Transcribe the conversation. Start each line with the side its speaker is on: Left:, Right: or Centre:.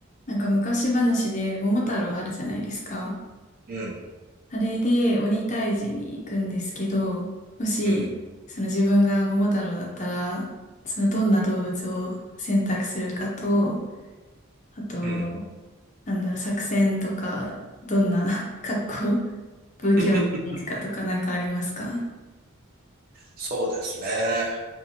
Left: なんか昔話で桃太郎あるじゃないですか。
Right: うん、
Left: あれで鬼退治に行くんですけど、もし、
Right: うん、
Left: その自分が桃太郎だったら、そのどんな動物を選択するかと、あと、
Right: うん。
Left: なんだろう、作戦とか、どんな <laughs> 格好、武器を持っていくかとかなんかありますか
Right: <laughs> そうですね。